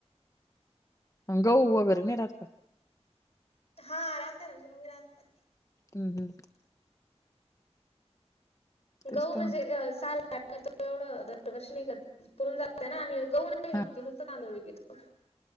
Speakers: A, on the left; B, on the left.
A: गहू वगैरे नाही राहात का.
B: हा राहताना्ही गहू ही राहतात.
A: हम् हम तेच
B: गहू म्हणजे
A: तर म्हटलं
B: साल ो एवढं दरवर्ष नाही कर पुण जातय ना आम्ही गहू नाही विकत
A: हा
B: फक्त तांदूळ विकतो.